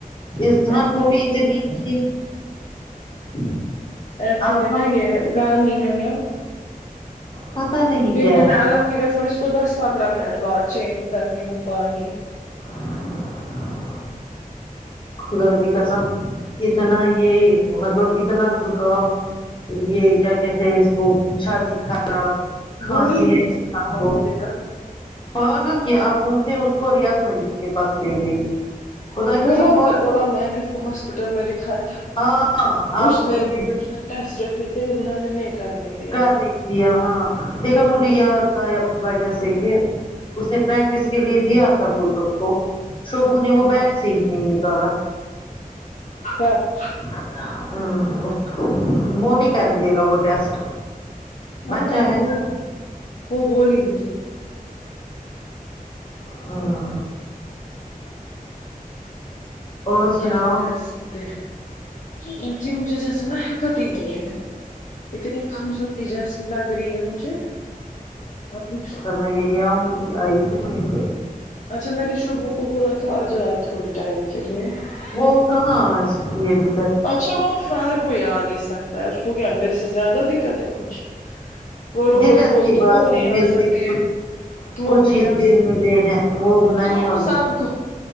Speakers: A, on the left (about 35°); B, on the left (about 55°).
A: اس <unintelligible> رجان
B: ایکچولی
A: کو بھی اتنی <unintelligible>
B: ایکچولی
A: اب
B: نا یہ گرمی ہے نا
A: پتا نہیں
B: پھر
A: کیا
B: بھی
A: ہے
B: میں اللہفظ وسلم اس کو دس <unintelligible> پندرہ منٹ بعد چینج کرتی ہوں پانی
A: <inaudible> خدا کی قسم اتنا یہ مطلب اتنا زکام یہ کیا کہتے اس کو پچھاتتی خراب کھانسی
B: بول رہی تھی
A: ہے انسان
B: اس کی ماما
A: کو
B: مجھے کل
A: پاگل کیا آپوے اس کو ریاض ملک کے پاس لے گئی خدا کی
B: بولا
A: قسم پاگل
B: سر بولا میں نے اس کو ہاسپٹل میں دکھایا تھا
A: ہاں آپ
B: اس نے
A: لے
B: اس نے ٹیسٹ رکھے تھے اظہان نے نہیں کرنے دیا
A: کر نہیں دیا ہاں دیکھا مجھے یاد اس وجہ سے کہ اس نے پریکٹس کے لیے دیا تھا کچھ اس کو شوبو نے وہ بیک سے ہی نہیں نکالا
B: اچھ <unintelligible>
A: <unintelligible> س کو مونییک نہیں دے گا وہ ٹیسٹ
B: ہاں
A: بچا ہے
B: وہ
A: نا
B: وہ بولی مجھے
A: ہاں اور
B: کیا
A: سناؤ
B: نہیں کر سکتے ہیں ب جی مجھے جیسے نا حکت ہی نہیں ہے <unintelligible> اتنی کمز پ جا س لگ رہی ہے م سے آپ <unintelligible>
A: یہوں کہ آئی <unintelligible> <inaudible>
B: اچھا میں نے شوبو کو بولا تھا آج آات تھوڑی ٹائم کے لیے <unintelligible>
A: وہ کہاں سک ہے بھی
B: اچھا وہ ہر کوئی آ نہیں سکتا ہے اس کو کیا میرے سے زیادہ دقت ہے کچھ وہ روز
A: دقت
B: بول
A: کی
B: کے
A: بات
B: وہ نہیں آ
A: ملتی
B: سکتے
A: کچھ
B: تو
A: کچھ
B: نہیں
A: ہی
B: آ
A: دن
B: سک
A: ملے ہیں وہ نانی
B: تو
A: حال
B: سب
A: بھی نہیں۔
B: کو